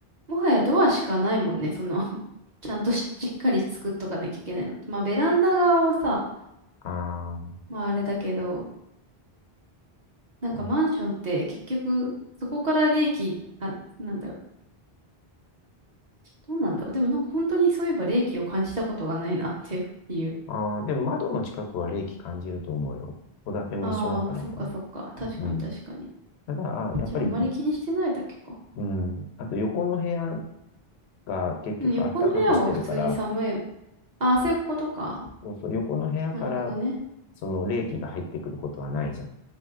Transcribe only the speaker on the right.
もはやドアしかないもんね、その <laughs> ちゃんとし、しっかり作っとかなきゃいけないのって。まあベランダ側はさ、
まああれだけど、なんかマンションって結局、
そこから冷気、あ、なんだろう。どうなんだろう。でもなんか本当にそういえば冷気を感じたことがないなっていう。
ああ、まあそっかそっか。確かに確かに。
じゃああんまり気にしてないだけか。
うん、横の部屋は普通に寒い。ああ、そういうことか。
なるほどね。